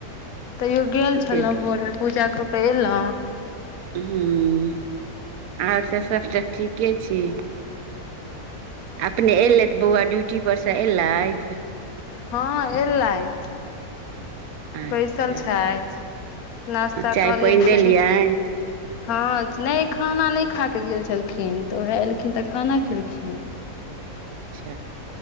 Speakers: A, on the left (about 75°); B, on the right (about 75°).
A: तैयो गेल छलहुँ
B: देख
A: भोर मे पूजा कऽ के एलहुँ
B: ह <inaudible> आर सब सबटा ठीके छी अपने एयलै तऽ बौआ ड्यूटी पर से एलैथ
A: हँ एलैथ
B: अच्छा
A: बैसल छैथ नास्ता
B: चाय
A: कहलिय
B: पानि देलियनि
A: किछ <inaudible> हँ नहि खाना नहि खा कऽ गेल छलखिन तऽ उएह एलखिन तऽ खाना खेलखिन
B: अच्छ